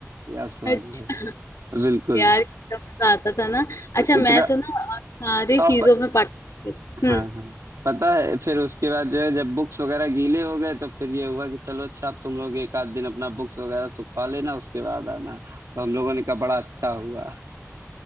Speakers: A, on the right; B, on the left.
A: ये आप समझ
B: अच्छा
A: लो बिल्कुल
B: यार कितना मजा आता था ना अच्छा
A: इतना
B: मैं तो ना सारी
A: आप
B: चीजों में पार्टिसिपेट
A: हाँ
B: हम्म,
A: हाँ पता है फिर उसके बाद जो है जब बुक्स वगैरह गीले हो गए तो फिर ये हुआ कि चलो अच्छा आप तुम लोग एक आध दिन अपना बुक्स वगैरह सुखवा लेना उसके बाद आना तो हम लोगों ने कहा बड़ा अच्छा हुआ